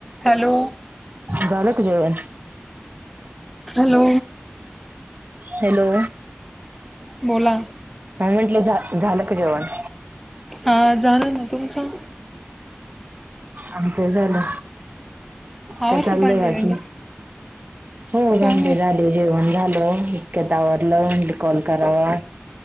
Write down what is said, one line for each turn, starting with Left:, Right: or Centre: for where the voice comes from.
Centre: Hello
Right: झालं का जेवण
Centre: हॅलो
Right: हॅलो
Centre: बोला
Right: हा म्हंटलं झालं का जेवण
Centre: हा झालं ना तुमचं
Right: आमचं झालं
Centre: आवरलं
Right: का चाललंय
Centre: भांडे
Right: बाकी
Centre: भांडे
Right: हो भांडी
Centre: काय नाही
Right: झाली जेवण झालं इतक्या आवरलं कॉल कर ह